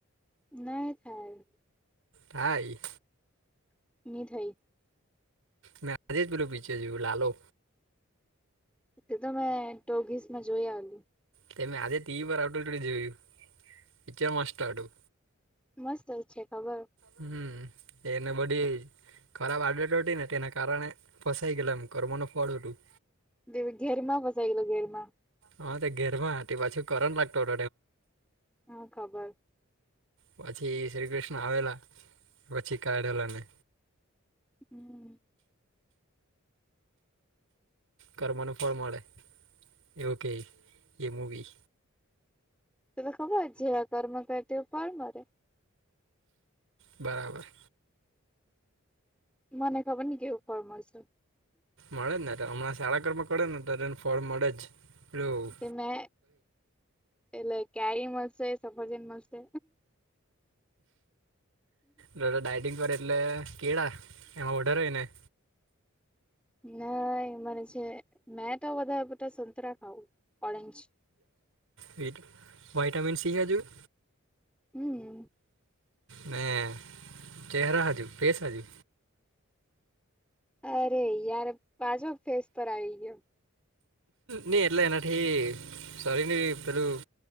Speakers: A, in the centre; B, on the right.
A: નહીં થાય.
B: હાઈ.
A: નિ થઈ.
B: મે ઓલું પીચર જોયું લાલો.
A: એ તો મેં ટોગીસ માં જોઈ આવલી.
B: તમે આજે તી વાર આટલડી જોયું પિક્ચર મસ્ત આું.
A: મસ્ત છે ખબર.
B: હમ એને બડી. ખરાબ આડત હતી ને તેના કારણે ફસાઈ ગયલા એમ કર્મોનું ફળ હતું.
A: દવી ઘેરમાં ફસાઈ ગેલો ઘેર માં.
B: હા તે ઘેરમાં હતી પાછી કરો <unintelligible>
A: શું ખબર.
B: પછી શ્રી કૃષ્ણ આવેલા પછી કાઢેલા ને.
A: હમ.
B: કરવાનું ફળ મળે. એવું કે એ મૂવી.
A: તમે ખબર જેવા કર્મ કર તેવા ફડ મડે.
B: બરાબર.
A: મને ખબર નહીં કેવુ ફળ મળશે.
B: મળે જ ને હમણાં સારા કમ ને તો એને ફડ મળે જ. પેલું
A: કે મે એટલે <unintelligible> મડશે. સફરજન મળશે.
B: કયું ડાયટિંગ પર એટલે કેળા એમાં ઓર્ડર હોય ને.
A: ના મને છે મેં તો વધારે પડતા સંતરા ખાવું ઓરેન્જ.
B: વટ વાઇટામિન સી જેવું.
A: હમ!
B: મે ચેરા હજુ પૈસા હજુ.
A: અરે યાર પાછો ફેસ પર આવી ગયો.
B: નઈ એટલે એનાથી સોરી નહીં પેલું.